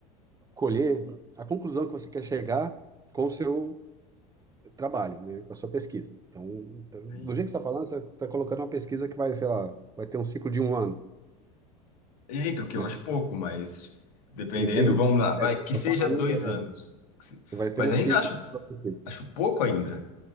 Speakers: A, on the right; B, on the left.
A: colher, a conclusão que você quer chegar com o seu trabalho, né, com a sua pesquisa. Então, então,
B: Sim.
A: do jeito que você está falando, você está colocando uma pesquisa que vai, sei lá, vai ter um ciclo de um ano,
B: Eita, o que
A: né?
B: eu acho pouco, mas dependendo,
A: Enfim,
B: vamos lá, vai, que
A: estou
B: seja
A: falando,
B: dois
A: é,
B: anos. Que se-
A: você vai ter
B: Mas
A: um
B: ainda
A: ciclo
B: acho,
A: da sua pesquisa,
B: acho pouco ainda.